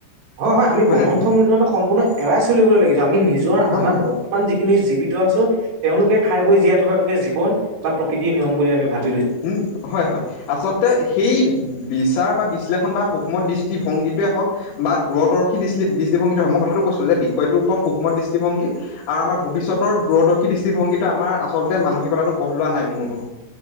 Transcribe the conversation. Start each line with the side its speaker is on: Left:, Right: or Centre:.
Right: হয় হয় আমি বহনক্ষম
Left: নে নহয়
Right: উন্নয়নৰ সম্পূৰ্ণ এৰাই চলিবলৈ লাগিছো আমি নিজ ত
Left: হয়
Right: আমাৰ
Left: হয়
Right: বৰ্তমান যিখিনি জীৱিত আছো তেও লোকে খাই বৈ জীয়া থকাতোকে জীৱন বা প্ৰকৃতিৰ নিয়ম বুলি আমি ভাব
Left: উম হয় হয় আচলতে সেই বিচাৰ বা বিশ্লেষণ বা সুক্ষ্ম দৃষ্টিভংগীটোয়ে হওক বা দূৰদৰ্শী দৃষ্টি দৃষ্টিভংগীটোৱে হক মই কথা কথাটো কৈছো যে বিষয়টোৰ ওপৰত সুক্ষ্ম দৃষ্টভংগী আৰু আমাৰ ভৱিষ্যতৰ দূৰদৰ্শী দৃষ্টিভংগীটো আমাৰ আচল মানসিকতাটো গঢ় লোৱা নাই মোৰ অনু